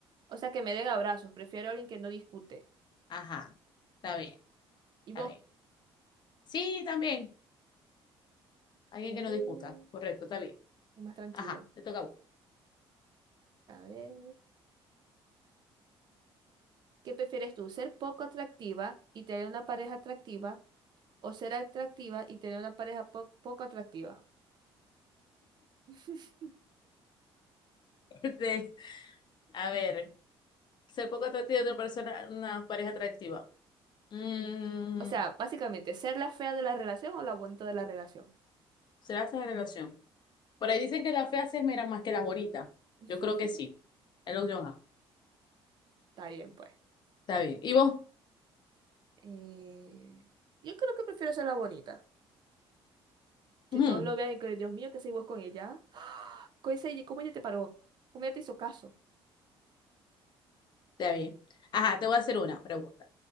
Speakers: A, on the right; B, on the left.
A: O sea, que me den abrazos. Prefiero a alguien que no discute.
B: Ajá, está bien,
A: ¿Y
B: está
A: vos?
B: bien. Sí, también. Alguien
A: A ver,
B: que no discuta. Correcto, está bien.
A: es más tranquilo.
B: Ajá, te toca a vos. <laughs>
A: A ver. ¿Qué prefieres tú? ¿Ser poco atractiva y tener una pareja atractiva? ¿O ser atractiva y tener una pareja po- poco atractiva? <laughs>
B: Este, a ver, ser poco atractivo de una persona, una pareja atractiva. Mm,
A: O sea, básicamente, ser la fea de la relación o la bonita de la relación.
B: ¿será fea la relación? Por ahí dicen que las feas se esmeran más que las bonitas.
A: <laughs>
B: Yo creo que sí. Es la opción A.
A: Está bien, pues.
B: Está bien. ¿Y vos?
A: Eh, yo creo que prefiero ser la bonita. Que
B: Ujú,
A: todos lo vean y que, Dios mío, ¿qué hacéis vos con ella? <gasps> ¿Cómo ese- cómo ella te paró? ¿Cómo ella te hizo caso?
B: está bien. Ajá, te voy a hacer una pregunta.